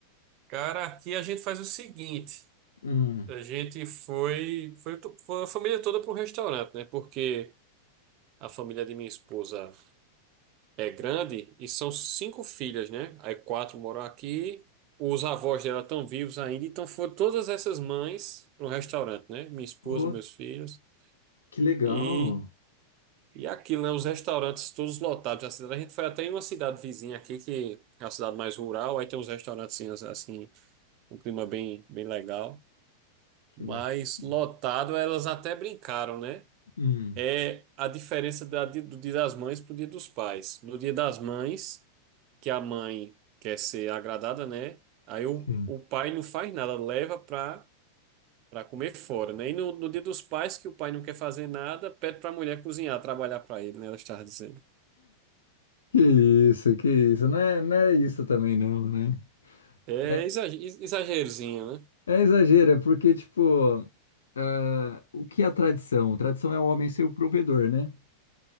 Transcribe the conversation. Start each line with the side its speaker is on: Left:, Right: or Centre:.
Right: Cara, aqui a gente faz o seguinte:
Left: Hum.
Right: a gente foi, foi, to- foi a família toda pro restaurante, né? Porque a família de minha esposa é grande e são cinco filhas, né? Aí quatro moram aqui, os avós dela estão vivos ainda, então foram todas essas mães pro restaurante, né? Minha esposa,
Left: Oh,
Right: meus filhos
Left: que legal.
Right: e, e aquilo, né? Os restaurantes todos lotados na cidade. A gente foi até em uma cidade vizinha aqui, que é a cidade mais rural, aí tem uns restaurantes assim, um clima bem, bem legal.
Left: Que
Right: Mas
Left: bacana.
Right: lotado, elas até brincaram, né?
Left: Hum.
Right: É a diferença da- do Dia das Mães pro Dia dos Pais. No Dia das Mães, que a mãe quer ser agradada, né? Aí o,
Left: Sim.
Right: o pai não faz nada, leva para para comer fora, né? E no, no Dia dos Pais, que o pai não quer fazer nada, pede para a mulher cozinhar, trabalhar para ele, né? Ela estava dizendo.
Left: Que isso, que isso. Não é, não é isso também não, né?
Right: É
Left: É,
Right: exa- exagerozinho, né?
Left: é exagero, é porque, tipo, ah, o que é a tradição? Tradição é o homem ser o provedor, né?